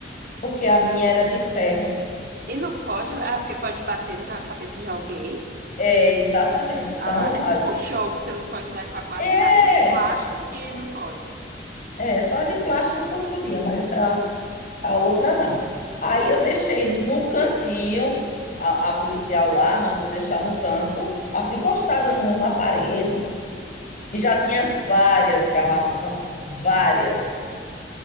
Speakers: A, on the left; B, on the right.
A: porque a minha era de ferro.
B: E não pode? Ah, porque pode bater na cabeça de alguém?
A: É, exatamente. Então,
B: Ah, é tipo
A: a-
B: um show que você não pode levar quase
A: é,
B: nada, nem de plástico que não pode.
A: é, só a de plástico podia, mas a a outra não. Aí eu deixei no cantinho, a, a policial lá mandou eu deixar no canto, assim encostada no- na parede, e já tinha várias garrafas lá, várias.